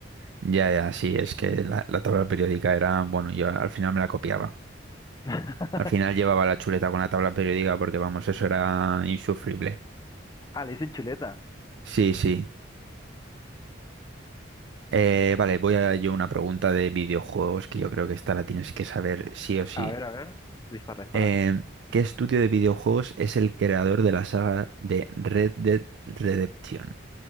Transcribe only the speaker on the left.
<laughs>
Ah, le dicen chuleta.
A ver, a ver. Dispara, dispara.